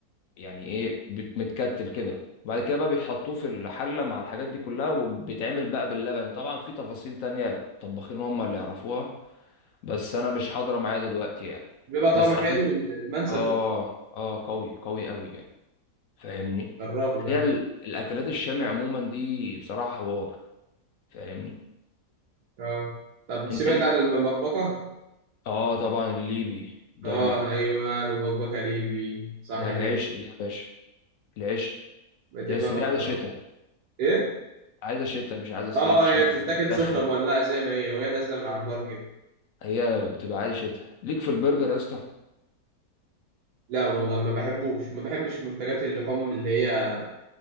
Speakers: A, on the left; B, on the right.
A: يعني ايه بت- متكتل كده وبعد كده بقى بيحطوه في الحلة مع الحاجات دي كلها وبيتعمل بقى باللبن طبعا في تفاصيل تانية طباخين هم اللي يعرفوها بس انا مش حاضرة معايا دلوقتي يعني
B: بيبقى طعمه
A: بس
B: حلو
A: على فكرة
B: ال- المنسف
A: اه
B: ده
A: اه قوي قوي قوي يعني فاهمني
B: جربه ده
A: هي ال- الاكلات الشامي عموما دي بصراحه حوار فاهمني
B: اه طب سمعت
A: انت ليك
B: عن المبكبكه
A: اه طبعا الليبي ده
B: اه ايوه مبكبكه ليبي صح
A: ده العيش
B: كده
A: دي يا باشا العيش
B: بتبقى
A: دي بس
B: مكرونه
A: دي عايزه شتاء
B: ايه
A: عايزه شتاء مش عايزه صيف
B: اه
A: عشان
B: هي بتتاكل
A: بت- بتدخن
B: سخنه مولعه زي ما هي وهي نازله من على النار كده
A: هي بتبقى عايزه شتاء ليك في البرجر يا اسطى
B: لا والله ما بحبوش ما بحبش منتجات اللحوم اللي هي